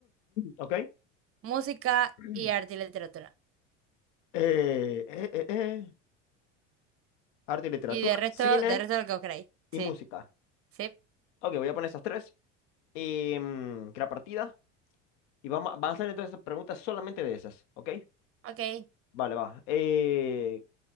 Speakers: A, on the left; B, on the right.
A: ¿Ok?
B: música
A: <clears throat>
B: y arte y literatura.
A: Eh, eh, eh, eh, Arte y literatura,
B: Y de resto,
A: cine
B: de resto lo que vos queráis.
A: y
B: Sí,
A: música.
B: sí.
A: Ok, voy a poner esas tres. Y mm, que partida. Y vamos, a- van a hacer entonces preguntas solamente de esas, ¿ok?
B: Ok,
A: Vale, va. Eh,